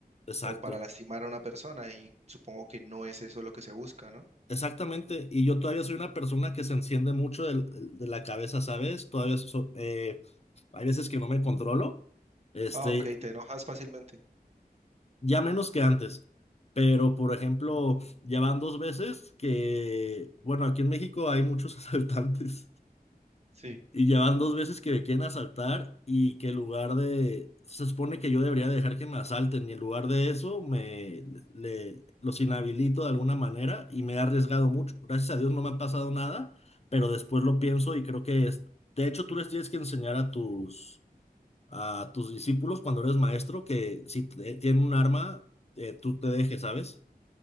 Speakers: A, on the left (about 40°); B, on the right (about 45°).
A: Exacto,
B: o para lastimar a una persona y supongo que no es eso lo que se busca, ¿no?
A: exactamente. Y yo todavía soy una persona que se enciende mucho del- de, la cabeza, ¿sabes? Todavía so- eh, hay veces que no me controlo. Este,
B: Ah, ok, te enojas fácilmente.
A: ya menos que antes. Pero, por ejemplo, ya van dos veces que, bueno, aquí en México hay muchos <laughs> asaltantes
B: Sí.
A: y ya van dos veces que me quieren asaltar y que en lugar de, se supone que yo debería dejar que me asalten y en lugar de eso me le, los inhabilito de alguna manera y me he arriesgado mucho. Gracias a Dios no me ha pasado nada, pero después lo pienso y creo que es, de hecho tú les tienes que enseñar a tus a tus discípulos cuando eres maestro que si te- tienen un arma, eh, tú te dejes, ¿sabes?